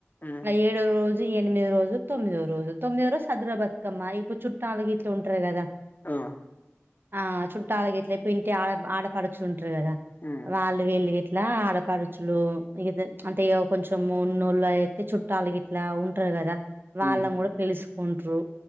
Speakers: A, on the left (about 40°); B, on the right (about 50°).
A: ఉమ్
B: ఇంగ ఏడ్ రెండో రోజు ఎనిమిదోరోజు తొమ్మిదో రోజు తొమ్మిదోరోజు సదుర బతుకమ్మ ఇప్పుడు చుట్టాలుగిట్ల ఉంటారు గదా
A: ఆ
B: ఆ చుట్టాలుగిట్ల ఇంటి ఆడ ఆడపడుచుంటారు కదా
A: ఉమ్
B: వాళ్ళు వీళ్ళుగిట్లా ఆడపడుచులు ఇగ అంటే ఇగా కొంచెం వున్నోళ్ళయ చుట్టాలాగిట్లా ఉంటారు గదా వాళ్ళను
A: ఉమ్
B: గూడా పిలుసుకుంట్రు